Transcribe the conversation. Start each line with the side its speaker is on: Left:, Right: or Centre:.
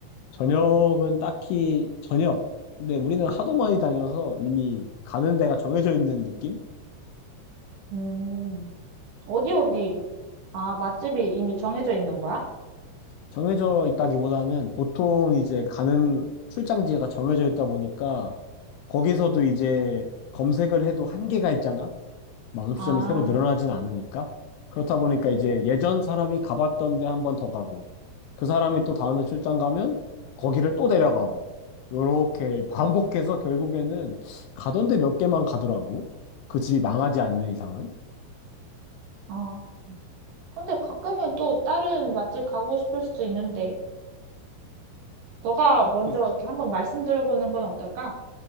Left: 저녁은 딱히 저녁. 근데 우리는 하도 많이 다녀서 이미 가는 데가 정해져 있는 느낌?
Right: 음, 어디 어디? 아, 맛집이 이미 정해져 있는 거야?
Left: 정해져 있다기보다는 보통 이제 가는 출장지가 정해져 있다 보니까 거기서도 이제 검색을 해도 한계가 있잖아. 만음
Right: 아,
Left: 시점이 새로 늘어나진 않으니까. 그렇다 보니까 이제 예전 사람이 가봤던 데 한 번 더 가고, 그 사람이 또 다음에 출장 가면 거기를 또 데려가고, 요렇게 반복해서 결국에는 가던 데 몇 개만 가더라고. 그 집이 망하지 않는 이상은.
Right: 어. 근데 가끔은 또 다른 맛집 가고 싶을 수도 있는데, 너가 먼저
Left: 그,
Right: 이렇게 한번 말씀드려보는 건 어떨까?